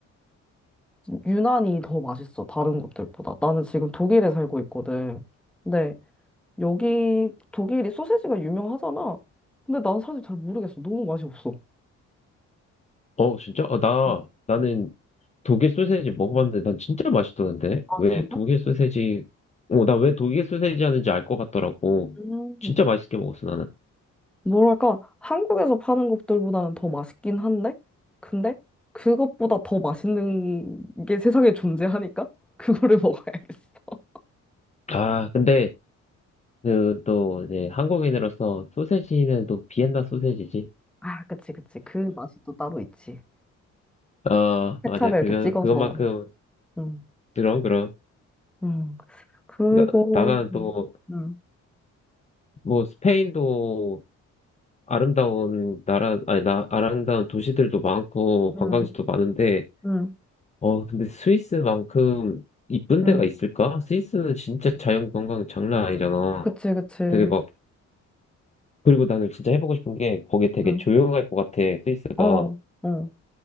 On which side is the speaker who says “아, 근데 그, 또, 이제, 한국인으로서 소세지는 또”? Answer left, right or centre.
Left